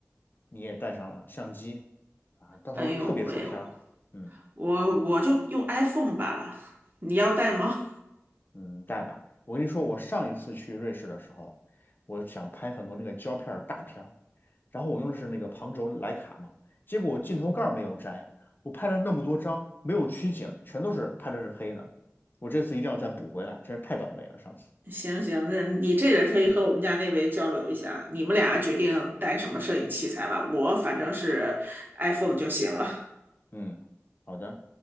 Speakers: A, on the left (about 40°); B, on the right (about 40°).
A: 你也带上了相机啊，到时候特别出片儿。
B: 哎呦喂，
A: 嗯。
B: 我我就用 iPhone 吧，你要带吗？
A: 嗯，带吧。我跟你说，我上一次去瑞士的时候，我想拍很多那个胶片儿大片儿，然后我用的是那个旁轴徕卡嘛，结果我镜头盖儿没有摘，我拍了那么多张，没有取景，全都是拍的是黑的。我这次一定要再补回来，真是太倒霉了，上次。
B: 行行，那你这人可以和我们家那位交流一下，你们俩决定带什么摄影器材吧。我反正是 iPhone 就行了。
A: 嗯，好的。